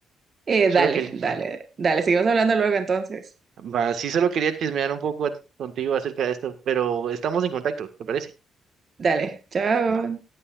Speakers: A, on the right; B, on the right.
A: Eh,
B: Solo
A: dale,
B: quería,
A: dale, dale, seguimos hablando luego entonces.
B: va, sí, solo quería chismear un poco contigo acerca de esto, pero estamos en contacto, ¿te parece?
A: Dale, chao.
B: Va.